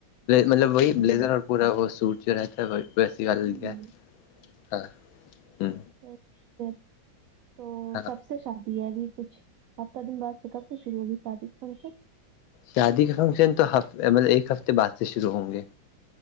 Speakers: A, on the left; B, on the right.
A: مطلب وہی
B: ہوں
A: بلیزر اور پورا وہ سوٹ جو رہتا ہے وہ ویسی گل
B: ہوں
A: ہے ہاں ہوں
B: حی ہے پھر تو
A: ہاں
B: کب سے شادی ہے ابھی کچھ ہفتہ دن بعد سے کب سے شرو ہوگی اسٹارٹنگ فنکشن
A: شادی کا فنکشن تو ہ مطلب ایک ہفتے بعد سے شروع ہوں گے